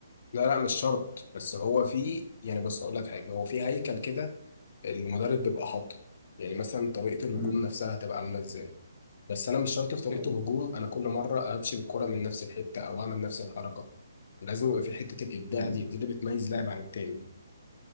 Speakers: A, on the left; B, on the right.
A: لا لا مش شرط بس هو في يعني بص اقول لك حاجه هو في هيكل كده المدرب بيبقى حاطه يعني مثلا طريقه الهجوم
B: امم
A: نفسها هتبقى عامله ازاي بس انا مش شرط في طريقه
B: اه
A: الهجوم انا كل مره امشي بالكوره من نفس الحته او اعمل نفس الحركه لازم يبقى في حته الابداع
B: امم
A: دي دي اللي بتميز لاعب عن التاني